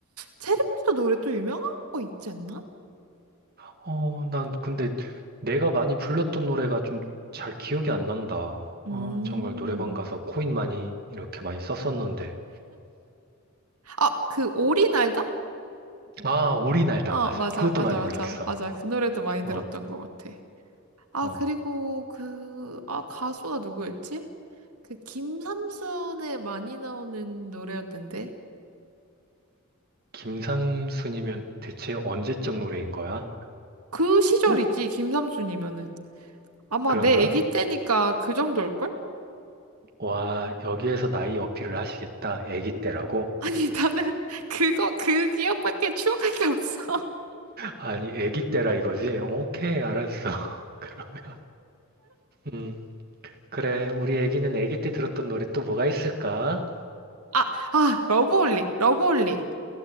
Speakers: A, on the right; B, on the right.
A: 체리필터 노래 또 유명한 거 있지 않나?
B: 어, 난 근데 내가 많이 불렀던 노래가 좀 잘 기억이 안 난다.
A: 음.
B: 아, 정말 노래방 가서 코인 많이 이렇게 많이 썼었는데.
A: 아, 그 오리 날다?
B: 아, 우리 날다
A: 어,
B: 맞아.
A: 맞아,
B: 그것도
A: 맞아,
B: 많이
A: 맞아,
B: 불렀어.
A: 맞아. 그 노래도 많이
B: 어,
A: 들었던 것 같아. 아,
B: 어.
A: 그리고 그, 아, 가수가 누구였지? 그 김삼순에 많이 나오는 노래였는데.
B: 김삼순이면 대체 언제적 노래인 거야?
A: 그 시절이지,
B: 응.
A: 김삼순이면은. 아마
B: 그런가?
A: 내 아기 때니까 그 정도일걸?
B: 와, 여기에서 나이 어필을 하시겠다. 애기 때라고?
A: 아니, 나는 <laughs> 그거, 그 기억밖에 추억할 게 없어.
B: 아니, 애기 때라 이거지? 오케이, 알았어. <laughs> 그러면. 음, 그래. 우리 애기는 애기 때 들었던 노래 또 뭐가 있을까?
A: 아, 아, 러브홀릭, 러브홀릭.